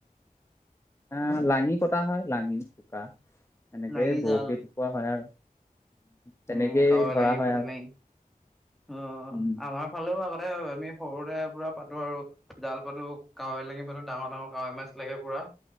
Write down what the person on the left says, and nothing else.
এ লাঙি পতা হয় লাঙি কোকা এনেকেই
বৰশী
পোৱা হয় আৰু তেনেকেই
ধৰা
হয়
আৰু।
উম।